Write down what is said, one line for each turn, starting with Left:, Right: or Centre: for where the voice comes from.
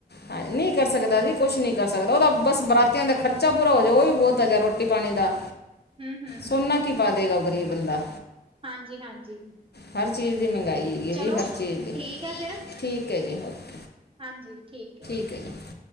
Left: ਹਾਂ ਨਹੀਂ ਕਰ ਸਕਦਾ ਜੀ ਕੁਛ ਨਹੀਂ ਕਰ ਸਕਦਾ ਉਹ ਤਾਂ ਬਸ ਬਰਾਤੀਆਂ ਦਾ ਖਰਚਾ ਪੂਰਾ ਹੋ ਹੈ ਉਹ ਵੀ ਬਹੁਤ ਹੈਗਾ ਰੋਟੀ ਪਾਣੀ ਦਾ।
Right: ਹੂੰ-ਹੂੰ
Left: ਸੋਨਾ ਕੀ ਪਾ ਦੇਗਾ ਉਹ ਗਰੀਬ ਬੰਦਾ।
Right: ਹਾਂਜੀ-ਹਾਂਜੀ
Left: ਹਰ ਚੀਜ਼ ਦੀ ਮਹਿੰਗਾਈ ਹੈਗੀ ਹੈ
Right: ਚਲੋ
Left: ਜੀ ਹਰ ਚੀਜ਼ ਦੀ,
Right: ਠੀਕ ਹੈ ਫਿਰ
Left: ਠੀਕ ਹੈ ਜੀ ਓਕੇ।
Right: ਹਾਂਜੀ ਠੀਕ ਏ।
Left: <unintelligible>